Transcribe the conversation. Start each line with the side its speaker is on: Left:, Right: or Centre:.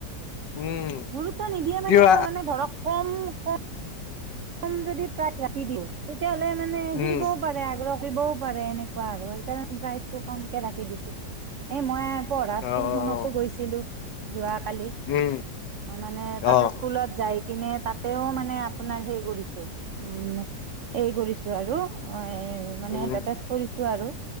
Left: উম
Right: গুৰুত্ব নিদিয়ে
Left: কিয়
Right: মানে, মানে ধৰক কম ক কম যদি প্ৰাইচ ৰাখি দিওঁ, তেতিয়াহ'লে মানে
Left: উম
Right: শিকিবও পাৰে আগ্ৰ শিকিবয়ো পাৰে এনেকুৱা আৰু সেইকাৰণে প্ৰাইচটো কমকে ৰাখি দিছোঁ, এই মই পঢ়া স্কুলখনতো
Left: অ'
Right: গৈছিলোঁ যোৱা কালি
Left: উম
Right: অ', মানে তাতে
Left: অ'
Right: স্কুলত যায় কিনে তাতেও মানে আপোনাৰ হেই কৰিচ উম, এই কৰিছোঁ আৰু এই মানে
Left: উম
Right: এডভাৰটাইজ কৰিছোঁ আৰু